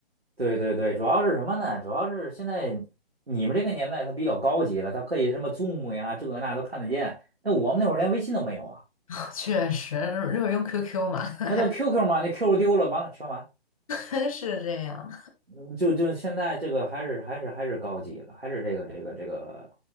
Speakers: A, on the right (about 75°); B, on the left (about 35°).
A: 对对对，主要是什么呢？主要是现在你们这个年代它比较高级了，它可以什么 Zoom 呀，这个那都看得见。那我们那会儿连微信都没有啊，
B: <laughs> 确实，那会儿用 QQ 嘛，<laughs> 还
A: 啊，都 QQ 嘛，那 QQ 丢了，完了全完。
B: 真是这样。
A: 嗯就就现在这个还是还是还是高级了，还是这个这个这个